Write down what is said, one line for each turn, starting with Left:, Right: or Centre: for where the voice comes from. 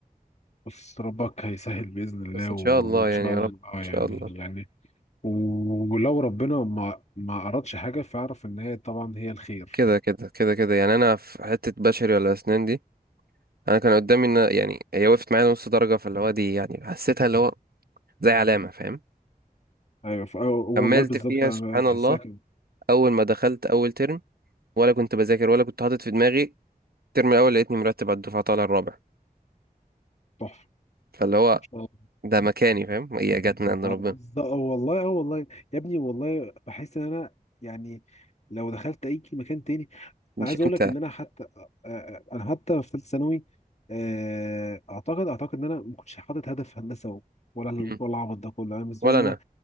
Left: بس ربك هيسهل باذن الله
Right: بس إن
Left: و-
Right: شاء الله
Left: وان
Right: يعني
Left: شاء
Right: يا رب
Left: الله
Right: إن
Left: آه،
Right: شاء
Left: يعني
Right: الله
Left: يعني و- ولو ربنا ما ما اردش حاجه فاعرف ان هي طبعا هي الخير
Right: كده كده كده كده يعني أنا في حتة بشري ولا أسنان دي أنا كان قدامي إن يعني هي وقفت معايا نص درجة فاللي هو دي يعني حسيتها اللي هو زي علامة فاهم
Left: ايوه ف... أيوة والله
Right: كملت
Left: بالظبط
Right: فيها
Left: كمل
Right: سبحان
Left: انا بحسها
Right: الله
Left: كده
Right: أول ما دخلت أول ترم ولا كنت بذاكر ولا كنت حاطط في دماغي الترم الأول لقيتني مرتب على الدفعة طالع الرابع
Left: تحفه
Right: فاللي هو
Left: اه
Right: ده مكاني فاهم هي جت من عند
Left: اه
Right: ربنا
Left: بالظبط اه والله اه والله يا ابني والله بحس ان انا يعني لو دخلت اي مكان تاني
Right: مش
Left: عايز اقول
Right: أنت
Left: لك ان انا حتى آه، آه، انا حتى في ثالثه ثانوي آه، اعتقد اعتقد ان انا ما كنتش حاطط هدف هندسه ولا
Right: مم.
Left: ولا العبط ده كله انا بالنسبه
Right: ولا
Left: لي ان
Right: أنا
Left: انا